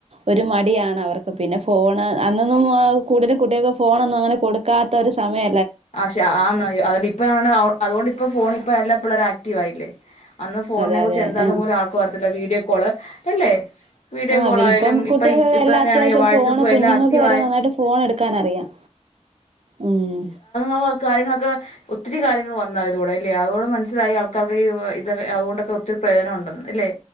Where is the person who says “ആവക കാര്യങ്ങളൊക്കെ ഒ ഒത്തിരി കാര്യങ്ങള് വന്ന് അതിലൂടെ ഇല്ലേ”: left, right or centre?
Left